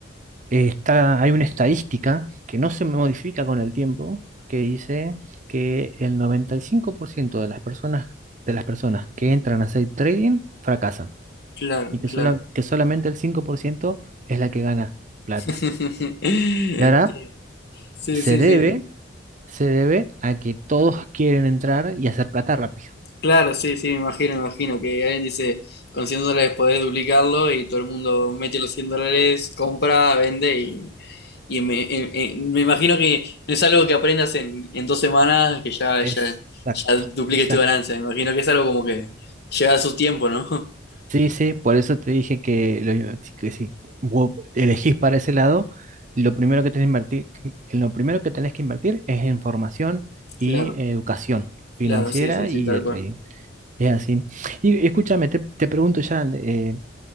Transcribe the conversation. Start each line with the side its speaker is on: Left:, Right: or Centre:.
Right: eh, está, hay una estadística que no se modifica con el tiempo, que dice que el 95% de las personas, de las personas que entran a hacer trading fracasan
Left: Claro,
Right: y que,
Left: claro.
Right: sola- que solamente el 5% es la que gana plata.
Left: <laughs>
Right: Y ahora
Left: Sí,
Right: se
Left: sí,
Right: debe,
Left: sí.
Right: se debe a que todos quieren entrar y hacer plata rápido.
Left: Claro, sí, sí, me imagino, me imagino que alguien dice, con 100 dólares podés duplicarlo y todo el mundo mete los 100 dólares, compra, vende Y me, en- en- me imagino que no es algo que aprendas en, en dos semanas, que ya,
Right: Exacto,
Left: ya, ya dupliques
Right: exacto.
Left: tu ganancia. Me imagino que es algo como que lleva su tiempo, ¿no? <laughs>
Right: Sí, sí, por eso te dije que, lo- que si vos elegís para ese lado, lo primero que tenés que invertir, lo primero que tenés que invertir es en formación y
Left: Claro,
Right: eh, educación financiera
Left: claro, sí, sí, sí,
Right: y
Left: tal
Right: de
Left: cual.
Right: trading. Es así. Y escúchame, te, te pregunto ya eh,